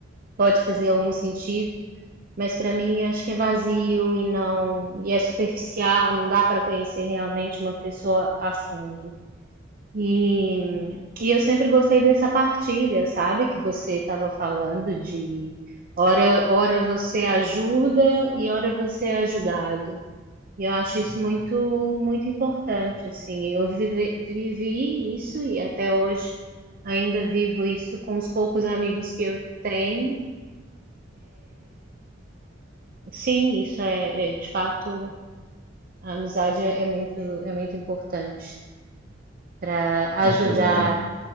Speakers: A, on the right (about 45°); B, on the right (about 85°).
A: pode fazer algum sentido, mas para mim acho que é vazio e não, e é superficial, não dá para conhecer realmente uma pessoa a fundo. E, e eu sempre gostei dessa partilha, sabe, que você estava falando de hora, hora você ajuda e hora você é ajudado. E eu acho
B: <laughs>
A: isso muito, muito importante, assim. Eu vive- vivi isso e até hoje ainda vivo isso com os poucos amigos que eu tenho. Sim, isso é, é, de fato, a amizade é é muito, é muito importante para
B: Uma
A: ajudar
B: coisa